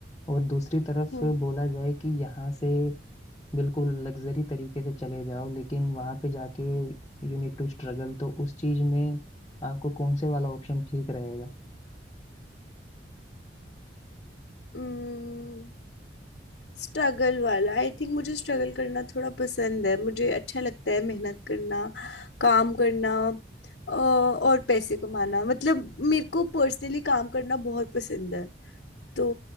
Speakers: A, on the left; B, on the left.
A: और दूसरी तरफ
B: हम्म
A: बोला जाए कि यहाँ से बिल्कुल लग्जरी तरीके से चले जाओ लेकिन वहां पे जाके यू नीड टू स्ट्रगल तो उस चीज में आपको कौन से वाला ऑप्शन ठीक रहेगा
B: हम्म, स्ट्रगल वाला आई थिंक मुझे स्ट्रगल करना थोड़ा पसंद है मुझे अच्छा लगता है मेहनत करना काम करना अ, और पैसे कमाना मतलब मेरे को पर्सनली काम करना बहुत पसंद है तो